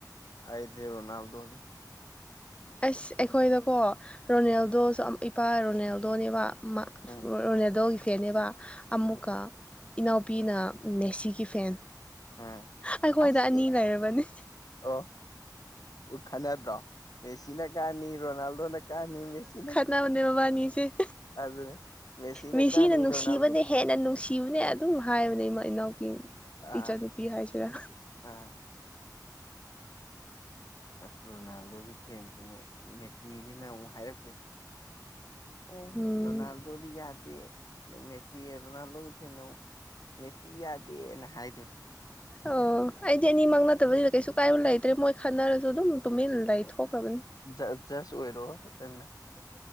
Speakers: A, on the left; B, on the left.
A: ꯑꯥꯏꯗ ꯏꯔ ꯅꯜꯗꯅꯤ
B: ꯑꯁ ꯑꯩꯈꯣꯏꯗꯣꯀꯣ ꯔꯣꯅꯦꯜꯗꯣꯁꯨ
A: ꯎꯝ
B: ꯑꯝ ꯏꯄꯥ ꯔꯣꯅꯦꯜꯗꯣꯅꯦꯕ
A: ꯎꯝ
B: ꯔꯣꯅꯥꯜꯗꯣꯒꯤ ꯐꯦꯅꯦꯕ ꯑꯃꯨꯛꯀ
A: ꯎꯝ
B: ꯏꯅꯥꯎꯄꯤꯅ ꯃꯦꯁꯤꯒꯤ ꯐꯦꯟ
A: ꯎꯝ
B: ꯑꯩꯈꯣꯏꯗ
A: ꯑꯁ
B: ꯑꯅꯤ
A: ꯑꯦ
B: ꯂꯩꯔꯕꯅꯦ
A: ꯑꯣ ꯈꯟꯅꯗ꯭ꯔꯣ ꯃꯦꯁꯤꯅ ꯀꯥꯅꯤ ꯔꯣꯅꯥꯜꯗꯣꯅ ꯀꯥꯅꯤ ꯃꯦꯁꯤ
B: ꯅꯥꯕꯅꯦꯕꯕꯥꯅꯤꯁꯦ
A: ꯑꯗꯨꯅꯦ ꯃꯦꯁꯤꯅ
B: ꯃꯤꯁꯤꯅ
A: ꯀꯥꯅꯤ
B: ꯅꯨꯡꯁꯤꯕꯅꯦ
A: ꯔꯣꯅꯥꯜꯗꯣ
B: ꯍꯦꯟꯅ ꯅꯨꯡꯁꯤꯕꯅꯦ ꯑꯗꯨꯝ ꯍꯥꯏꯕꯅꯦ ꯏꯃꯥ ꯏꯅꯥꯎꯄꯤ
A: ꯑꯥ
B: ꯀꯔꯤ ꯍꯥꯏꯁꯤꯔ
A: ꯑꯥ ꯑꯁ ꯔꯣꯅꯥꯜꯗꯣꯒꯤ ꯐꯦꯟꯁꯤꯅ ꯃꯦꯁꯤꯁꯤꯅ ꯑꯃꯨꯛ ꯍꯥꯏꯔꯛꯇꯣꯏꯅꯤ ꯑꯦ
B: ꯎꯝ
A: ꯔꯣꯅꯥꯜꯗꯣꯗꯤ ꯌꯥꯗꯦ ꯃꯦꯁꯤ ꯔꯣꯅꯥꯜꯗꯣ ꯐꯅꯣ ꯃꯦ ꯌꯥꯗꯦꯅ ꯍꯥꯏꯗꯣꯏꯅꯦ
B: ꯑꯣ ꯑꯩꯗꯤ ꯑꯅꯤꯃꯛ ꯅꯠꯇꯕꯅꯤꯗ ꯀꯩꯁꯨ ꯀꯥꯏꯕ ꯂꯩꯇ꯭ꯔꯦ ꯃꯣꯏ ꯈꯟꯅꯔꯁꯨ ꯑꯗꯨꯝ ꯇꯨꯃꯤꯟꯅ ꯂꯩ ꯊꯣꯛꯈ꯭ꯔꯕꯅꯤ
A: ꯖ ꯖꯁ ꯑꯣꯏꯔꯣ ꯇꯪꯅ